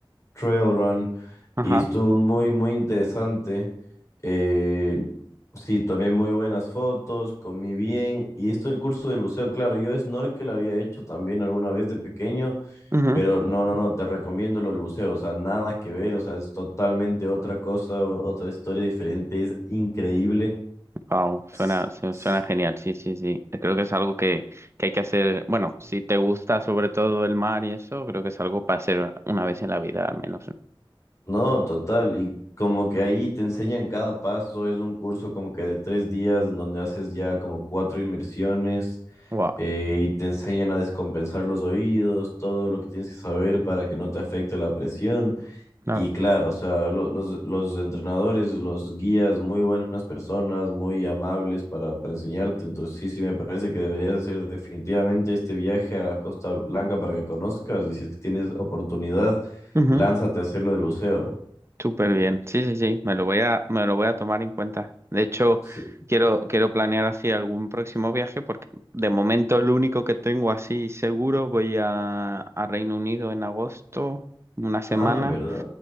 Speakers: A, on the left; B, on the right.
A: trail run
B: ajá,
A: y estuvo muy, muy interesante. Eh, sí, también muy buenas fotos, comí bien y esto el curso del buceo, claro, yo snorkel había hecho también alguna vez de pequeño
B: wow.
A: pero no, no, no, te recomiendo los buceos, o sea, nada que ver, o sea, es totalmente otra cosa, o- otra historia diferente, es increíble.
B: Wow, suena,
A: S-
B: su-
A: s-
B: suena genial, sí, sí, sí. Creo que es algo que, que hay que hacer, bueno, si te gusta sobre todo el mar y eso, creo que es algo para hacer una vez en la vida al menos.
A: No, total, y como que ahí te enseñan cada paso, es un curso como que de tres días en donde haces ya como cuatro inmersiones
B: Wow,
A: eh, y te enseñan a descompensar los oídos, todo lo que tienes que saber para que no te afecte la presión.
B: claro.
A: Y claro, o sea, lo- los, los entrenadores, los guías, muy buenas personas, muy amables para, para enseñarte. Entonces, sí, sí, me parece que deberías hacer definitivamente este viaje a Costa Blanca para que conozcas. Y si es que tienes oportunidad,
B: Ujú,
A: lánzate a hacer lo del buceo.
B: Súper bien, sí, sí, sí, me lo voy a, me lo voy a tomar en cuenta. De hecho,
A: Sí.
B: quiero, quiero planear así algún próximo viaje porque de momento el único que tengo así seguro voy a, a Reino Unido en agosto, una semana.
A: Ah, en verdad.